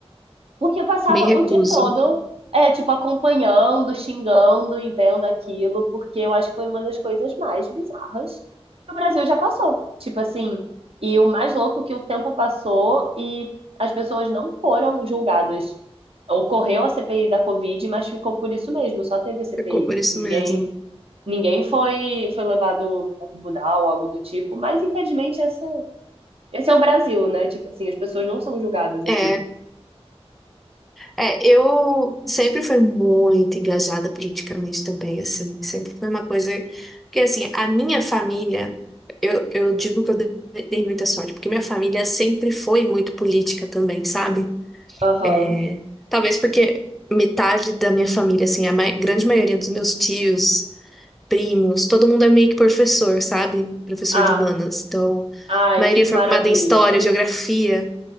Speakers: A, on the right (about 65°); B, in the centre.
A: Porque eu passava
B: Me recuso.
A: o dia todo, é, tipo, acompanhando, xingando e vendo aquilo, porque eu acho que foi uma das coisas mais bizarras que o Brasil já passou. Tipo assim, e o mais louco que o tempo passou e as pessoas não foram julgadas. Ocorreu a CPI da Covid, mas ficou por isso mesmo, só teve a CPI.
B: Ficou por isso
A: Ninguém,
B: mesmo.
A: ninguém foi, foi levado a tribunal, algo do tipo, mas infelizmente essa, esse é o Brasil, né? Tipo assim, as pessoas não são julgadas aqui.
B: É, é, eu sempre fui muito engajada politicamente também, assim, sempre foi uma coisa que, assim, a minha família, eu, eu digo que eu dei dei muita sorte, porque minha família sempre foi muito política também, sabe?
A: Aham.
B: É, talvez porque metade da minha família, assim, a mai- grande maioria dos meus tios, primos, todo mundo é meio que professor, sabe? Professor
A: Ah,
B: de humanas. Então,
A: ai,
B: a maioria
A: que
B: é formada
A: maravilha.
B: em história, geografia.